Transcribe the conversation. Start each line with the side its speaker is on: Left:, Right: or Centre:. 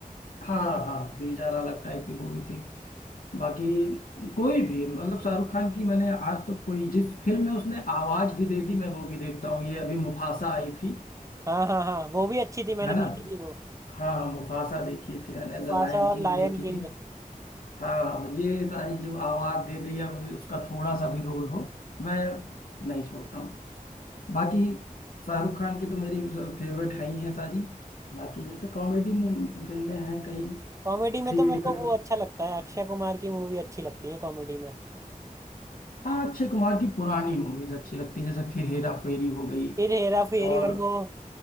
Left: हाँ हाँ बेजार अलग टाइप की मूवी थी बाकी कोई भी मतलब शाहरुख खान की मैंने आज तक कोई जिस फिल्म में उसने आवाज भी दे दी मैं वो भी देखता हूँ ये अभी मुफासा आई थी
Right: हाँ हाँ हाँ वो भी अच्छी थी मैंने
Left: है
Right: देखी
Left: ना
Right: थी वो
Left: हाँ मुफासा देखी थी मैंने
Right: मुफासा
Left: द लायन
Right: और
Left: किंग
Right: लायन
Left: देखी थी
Right: किंग
Left: हाँ ये सारी जो आवाज दे दे या उस- उसका थोड़ा सा भी रोल हो मैं नहीं छोड़ता हूँ बाकी शाहरुख खान की तो मेरी फेवरेट है ही है सारी बाकी जैसे कॉमेडी फिल्में हैं कई
Right: कॉमेडी में
Left: थ्री
Right: तो मेरे
Left: इडियट
Right: को वो अच्छा लगता है अक्षय कुमार की मूवी अच्छी लगती है कॉमेडी में
Left: हाँ अक्षय कुमार की पुरानी मूवीज अच्छी लगती है जैसे फिर हेरा फेरी हो गई
Right: फिर हेरा फेरी
Left: और
Right: और वो अ,